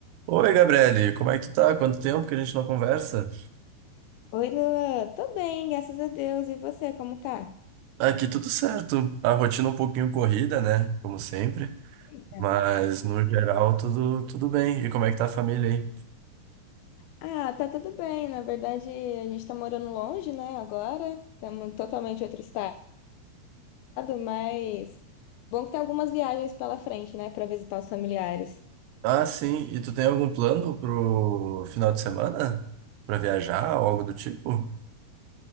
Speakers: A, on the right; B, on the left.
A: Oi, Gabriele, como é que tu tá? Quanto tempo que a gente não conversa?
B: Oi, Lua. Tô bem, graças a Deus. E você, como tá?
A: Aqui tudo certo. A rotina um pouquinho corrida, né? Como sempre.
B: Eita.
A: Mas no geral tudo, tudo bem. E como é que tá a família aí?
B: Ah, tá tudo bem. Na verdade, a gente tá morando longe, né, agora. Estamos totalmente em outro estado, mas bom que tem algumas viagens pela frente, né, Pra visitar os familiares.
A: Ah, sim. E tu tem algum plano pro final de semana? Pra viajar ou algo do tipo?